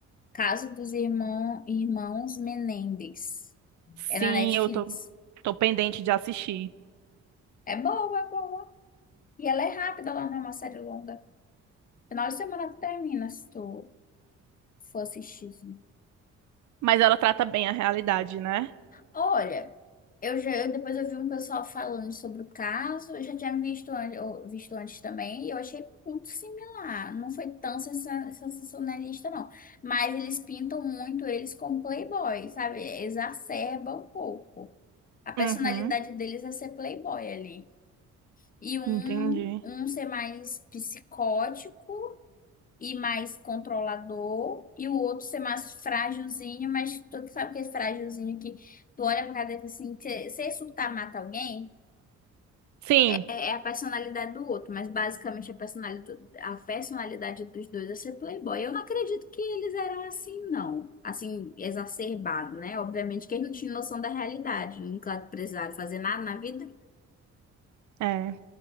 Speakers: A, on the left (about 30°); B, on the right (about 70°).
A: Caso dos Irmão- Irmãos Menendez.
B: Sim,
A: É na Netflix.
B: eu tô, tô pendente de assistir,
A: É boa, é boa. E ela é rápida, ela não é uma série longa. Final de semana que termina, se tu for assistir. assim.
B: mas ela trata bem a realidade, né?
A: Olha, eu já, eu- depois eu vi um pessoal falando sobre o caso, eu já tinha visto, an- eu- visto antes também, e eu achei muito similar. Não foi tão sensa- sensacionalista, não. Mas eles pintam muito eles como playboy, sabe? Exacerbam um pouco. A personalidade
B: Uhum,
A: deles é ser playboy ali. E um,
B: entendi.
A: um ser mais psicótico e mais controlador, e o outro ser mais frágilzinho, mas tu sabe que é frágilzinho que tu olha pra cara dele e fala assim, se se surtar mata alguém,
B: Sim,
A: é, é a personalidade do outro, mas basicamente a personalidade, a personalidade dos dois é ser playboy. Eu não acredito que eles eram assim, não. Assim, exacerbado, né? Obviamente que eles não tinham noção da realidade, nunca precisaram fazer nada na vida.
B: é.